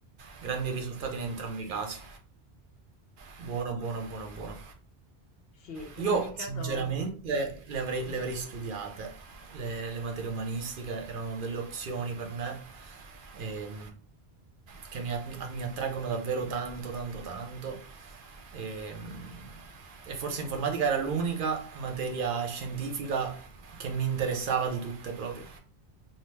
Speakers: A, on the right; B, on the left.
A: grandi risultati in entrambi i casi. Buono, buono, buono, buono.
B: Sì, in
A: Io
B: ogni caso,
A: sinceramente le avrei,
B: Mhm.
A: le avrei studiate, le, le materie umanistiche erano delle opzioni per me ehm, che mi, att- mi attraggono davvero tanto, tanto, tanto ehm, e forse informatica era l'unica materia scientifica che mi interessava di tutte proprio.